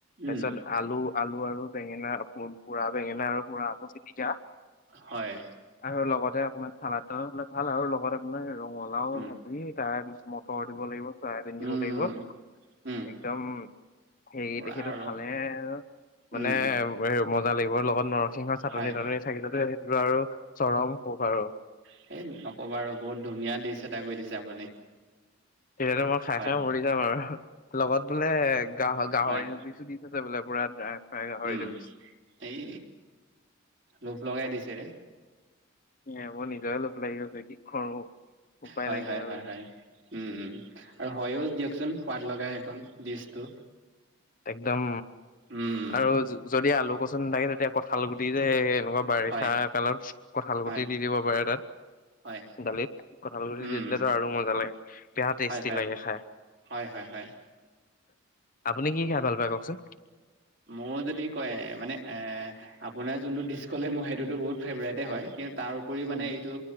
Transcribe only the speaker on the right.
উম,
হয়,
উম,
উম,
উম,
পুৰা
আৰু
উম,
হয়,
সেই নকবা আৰু বহুত ধুনীয়া দিচ এটা কৈ দিছে আপুনি।
হয়,
হয়,
উম,
এই লোভ লগাই দিছে ৰে
হে
হে হয় - হয়
-হয়
-হয় উম উম আৰু হয়ো দিয়কচোন সোৱাদ লগা সেইখন ডিচটো।
উম,
হয়,
হয়,
হয়,
উম,
হয়, হয়,
হয়, হয়, হয়।
মই যদি কয় মানে এ' আপোনাৰ যোনটো ডিছ ক'লে মোৰ সেইটোতো বহুত ফেভৰেটে হয় কিন্ত তাৰ উপৰি
মানে এইটো